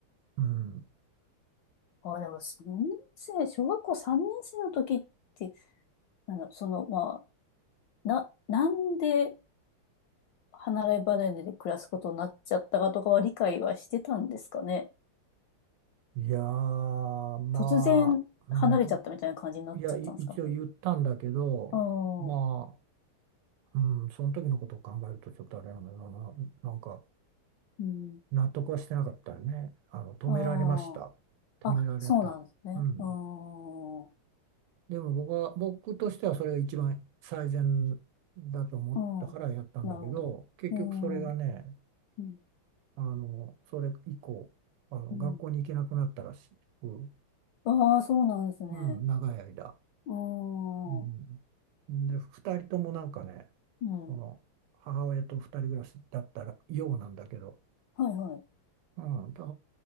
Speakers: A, on the right; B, on the left.
A: うん、
B: ああでも、3年生、小学校3年生の時って、あの、その、まあ、な、なんで離れ離れで暮らすことになっちゃったかとかは理解はしてたんですかね。
A: いやー、まあ、
B: 突然離れちゃったみたいな感じになっちゃったんですかね。
A: うん、いや、い一応言ったんだけど、
B: ああ、
A: まあ、うん、その時のことを考えるとちょっとあれなんだよな、なんか
B: うん。
A: 納得はしてなかったよね。あの、止められました。
B: あ
A: 止められた。
B: あ。あ、そうなんですね。
A: うん。
B: ああ。う
A: でも僕は、僕としてはそれが一番最善だと思ったからやったんだけど、
B: ん。なるほど。
A: 結局それがね、
B: うん。うん。
A: あの、それ以降、あの、
B: うん。
A: 学校に行けなくなったらしく、
B: ああ、そうなんですね。
A: うん、長い間。
B: ああ。
A: うん。で、2人ともなんかね、
B: うん。
A: その母親と二人暮らしだったらようなんだけど、
B: はいはい。
A: うん、だ